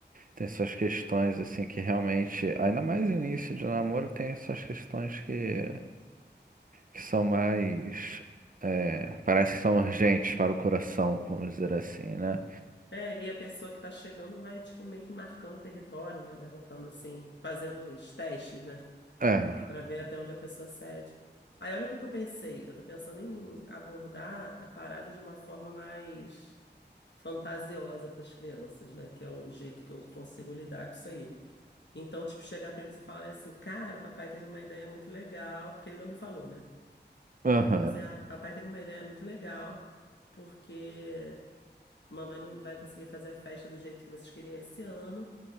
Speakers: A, on the right; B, on the left.
A: tem suas questões, assim, que realmente, ainda mais início de namoro, tem suas questões que, que são mais. É, parece que são urgentes para o coração, vamos dizer assim, né?
B: É, e a pessoa que tá chegando vai, tipo, meio que marcando o território, né? Vai botando assim, fazendo os testes, né?
A: É,
B: Pra ver até onde a pessoa cede. Aí olha o que que eu pensei. Eu tô pensando em abordar a parada de uma forma mais fantasiosa para as crianças, né? Que é o jeito que eu consigo lidar com isso aí. Então, tipo, chegar pra eles e falar assim: "Cara, o papai teve uma ideia muito legal", porque ele ainda não falou, né?
A: aham.
B: Eu falo assim: "Ah, papai teve uma ideia muito legal, porque mamãe não vai conseguir fazer a festa do jeito que vocês queriam esse ano,